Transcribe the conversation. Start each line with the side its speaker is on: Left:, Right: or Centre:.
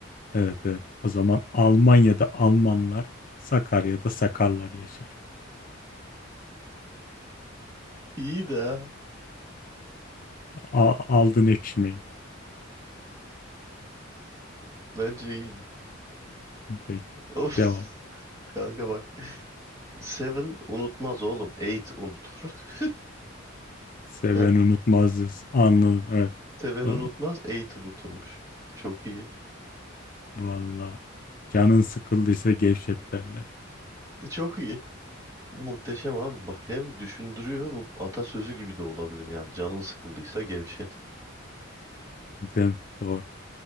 Left: Evet evet o zaman Almanya'da Almanlar Sakarya'da Sakarlar yaşar.
Right: İyi de <laughs>
Left: A- Aldın ekşimeyi.
Right: Bence iyiydi.
Left: Peki
Right: Of
Left: devam.
Right: kanka bak. Seven unutmaz oğlum. Eight unutur. <laughs>
Left: Seven
Right: Yani
Left: unutmaz diyorsun. Anladım. Evet.
Right: Seven
Left: O-
Right: unutmaz. Eight unuturmuş. Çok iyi.
Left: Valla. Canın sıkıldıysa gevşet derler.
Right: E, Çok iyi. Muhteşem abi. Bak hem düşündürüyor. Bu atasözü gibi de olabilir yani. Canın sıkıldıysa gevşet.
Left: Değil mi? Doğru.